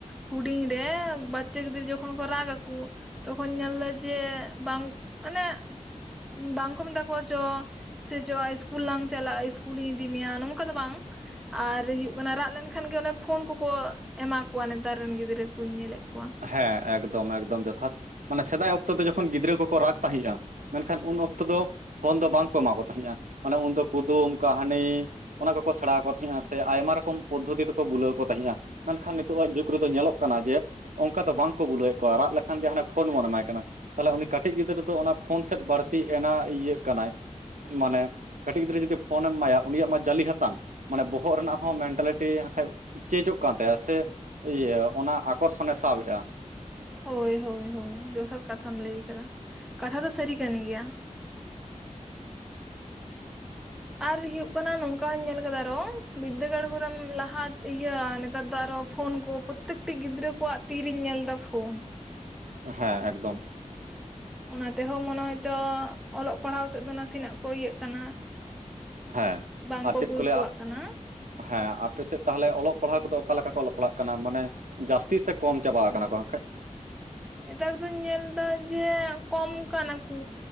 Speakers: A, in the centre; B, on the right.
A: ᱦᱩᱰᱤᱧ ᱨᱮ ᱵᱟᱪᱪᱟ ᱜᱤᱫᱟᱹᱨ ᱡᱚᱠᱷᱚᱱ ᱠᱚ ᱨᱟᱜᱽ ᱟᱠᱩ ᱛᱚᱠᱷᱚᱱ ᱧᱮᱞᱫᱟ ᱡᱮ ᱵᱟᱝ ᱢᱟᱱᱮ ᱵᱟᱝᱠᱚ ᱢᱮᱛᱟ ᱠᱚᱣᱟ ᱪᱚ ᱥᱮ ᱪᱚ ᱤᱥᱠᱩᱞ ᱞᱟᱝ ᱪᱟᱞᱟᱜ-ᱟ ᱥᱠᱩᱞᱤᱧ ᱤᱫᱤ ᱢᱮᱭᱟ ᱱᱚᱝᱠᱟ ᱫᱚ ᱵᱟᱝ ᱟᱨ ᱦᱩᱭᱩᱜ ᱠᱟᱱᱟ ᱨᱟᱜ ᱞᱮᱱᱠᱷᱟᱱ ᱜᱮ ᱚᱱᱮ ᱯᱷᱳᱱ ᱠᱚᱠᱚ ᱮᱢᱟ ᱠᱚᱣᱟ ᱱᱮᱛᱟᱨ ᱨᱮᱱ ᱜᱤᱫᱽᱨᱟᱹ ᱠᱩᱧ ᱧᱮᱞᱮᱫ ᱠᱚᱣᱟ᱾
B: ᱦᱮᱸ ᱮᱠᱫᱚᱢ ᱮᱠᱫᱚᱢ ᱡᱚᱛᱷᱟᱛ, ᱢᱟᱱᱮ ᱥᱮᱫᱟᱭ ᱚᱠᱛᱚ ᱫᱚ ᱡᱚᱠᱷᱚᱱ ᱜᱤᱫᱽᱨᱟᱹ ᱠᱚᱠᱚ ᱨᱟᱜᱽ ᱛᱟᱦᱮᱸᱡ-ᱟ ᱢᱮᱱᱠᱷᱟᱱ ᱩᱱ ᱚᱠᱛᱚ ᱫᱚ ᱯᱷᱳᱱ ᱫᱚ ᱵᱟᱝᱠᱚ ᱮᱢᱟ ᱠᱚ ᱛᱟᱦᱮᱸᱜ-ᱟ ᱢᱟᱱᱮ ᱩᱱᱫᱚ ᱠᱩᱫᱩᱢ ᱠᱟᱹᱦᱽᱱᱤ ᱚᱱᱟ ᱠᱚᱠᱚ ᱥᱮᱬᱟ ᱟᱠᱚ ᱛᱟᱦᱮᱸᱜ-ᱟ ᱥᱮ ᱟᱭᱢᱟ ᱨᱚᱠᱚᱢ ᱯᱚᱫᱽᱫᱷᱚᱛᱤ ᱛᱮᱠᱚ ᱵᱩᱞᱟᱹᱣ ᱠᱚ ᱛᱟᱦᱮᱸᱜ-ᱟ ᱢᱮᱱᱠᱷᱟᱱ ᱱᱤᱛᱚᱜ ᱟᱜ ᱡᱩᱜᱽ ᱨᱮᱫᱚ ᱧᱮᱞᱚᱜ ᱠᱟᱱᱟ ᱡᱮ ᱚᱱᱠᱟ ᱫᱚ ᱵᱟᱝᱠᱚ ᱵᱩᱞᱟᱹᱣᱮᱫ ᱠᱚᱣᱟ ᱨᱟᱜ ᱞᱮᱠᱷᱟᱱ ᱜᱮ ᱦᱟᱱᱮ ᱯᱷᱳᱱ ᱵᱚᱱ ᱮᱢᱟᱭ ᱠᱟᱱᱟ ᱛᱟᱦᱚᱞᱮ ᱩᱱᱤ ᱠᱟᱹᱴᱤᱡ ᱜᱤᱫᱽᱨᱟᱹ ᱫᱚ ᱚᱱᱟ ᱯᱷᱳᱱ ᱥᱮᱫ ᱵᱟᱹᱲᱛᱤ ᱮᱱᱟ ᱤᱭᱟᱹᱜ ᱠᱟᱱᱟᱭ ᱢᱟᱱᱮ ᱠᱟᱹᱴᱤᱡ ᱜᱤᱫᱽᱨᱟᱹ ᱡᱩᱫᱤ ᱯᱷᱳᱱᱮ ᱮᱢᱟᱭᱟ ᱩᱱᱤᱭᱟᱜ ᱢᱟ ᱡᱟᱹᱞᱤ ᱦᱟᱛᱟᱝ ᱢᱟᱱᱮ ᱵᱚᱦᱚᱜ ᱨᱮᱱᱟᱜ ᱦᱚᱸ ᱢᱮᱱᱴᱟᱞᱤᱴᱤ ᱦᱟᱜᱠᱷᱟᱡ ᱪᱮᱧᱡᱚᱜ ᱠᱟᱱ ᱛᱟᱭᱟ ᱥᱮ ᱤᱭᱟᱹ ᱚᱱᱟ ᱟᱠᱚᱨᱥᱚᱱᱮ ᱥᱟᱵ ᱮᱫ-ᱟ
A: ᱦᱳᱭ ᱦᱳᱭ ᱦᱳᱭ ᱡᱚᱛᱷᱟᱛ ᱠᱟᱛᱷᱟᱢ ᱞᱟᱹᱭ ᱟᱠᱟᱫᱟ ᱠᱟᱛᱷᱟ ᱫᱚ ᱥᱟᱹᱨᱤ ᱠᱟᱱ ᱜᱮᱭᱟ ᱟᱨ ᱦᱳᱭᱳᱜ ᱠᱟᱱᱟ ᱱᱚᱝᱠᱟ ᱦᱚᱧ ᱧᱮᱞ ᱟᱠᱟᱫᱟ ᱟᱨᱚ ᱵᱤᱫᱽᱫᱟᱹᱜᱟᱲ ᱠᱚᱨᱮᱢ ᱞᱟᱦᱟ ᱤᱭᱟᱹ ᱱᱮᱛᱟᱨ ᱫᱚ ᱟᱨᱚ ᱯᱷᱳᱱ ᱠᱚ ᱯᱨᱚᱛᱛᱮᱠᱴᱤ ᱜᱤᱫᱽᱨᱟᱹ ᱠᱚᱣᱟᱜ ᱛᱤᱨᱮᱧ ᱧᱮᱞ ᱮᱫᱟ ᱯᱷᱳᱱ
B: ᱦᱮᱸ ᱮᱠᱫᱚᱢ
A: ᱚᱱᱟ ᱛᱮᱦᱚᱸ ᱢᱚᱱᱮ ᱦᱚᱭᱛᱚ ᱚᱞᱚᱜ ᱯᱟᱲᱦᱟᱣ ᱥᱮᱫ ᱫᱚ ᱱᱟᱥᱮᱱᱟᱜ ᱠᱚ ᱤᱭᱟᱹᱜ ᱠᱟᱱᱟ
B: ᱦᱮᱸ
A: ᱵᱟᱝᱠᱚ
B: ᱟᱨ ᱪᱮᱫ
A: ᱜᱩᱨᱩᱛᱛᱚᱣᱟᱜ
B: ᱠᱚ ᱞᱟᱹᱭᱟ
A: ᱠᱟᱱᱟ
B: ᱦᱮᱸ ᱟᱯᱮ ᱥᱮᱫ ᱛᱟᱦᱚᱞᱮ ᱚᱞᱚᱜ ᱯᱟᱲᱦᱟᱣ ᱠᱚᱫᱚ ᱚᱠᱟ ᱞᱮᱠᱟ ᱠᱚ ᱚᱞᱚᱜ ᱯᱟᱲᱦᱟᱜ ᱠᱟᱱᱟ ᱢᱟᱱᱮ ᱡᱟᱹᱥᱛᱤ ᱥᱮ ᱠᱚᱢ ᱪᱟᱵᱟ ᱠᱟᱱᱟ ᱠᱚ ᱦᱟᱸᱠᱷᱟᱡ ᱾
A: ᱱᱮᱛᱟᱨ ᱫᱩᱧ ᱧᱮᱞ ᱮᱫᱟ ᱡᱮ ᱠᱚᱢ ᱠᱟᱱᱟ ᱠᱚ